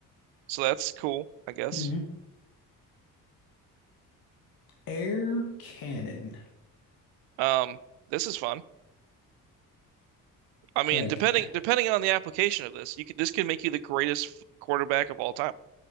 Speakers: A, on the right; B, on the left.
A: So that's cool, I guess.
B: hmm Air cannon,
A: Um, this is fun. I mean,
B: like
A: depending depending on the application of this, you could this could make you the greatest f- quarterback of all time.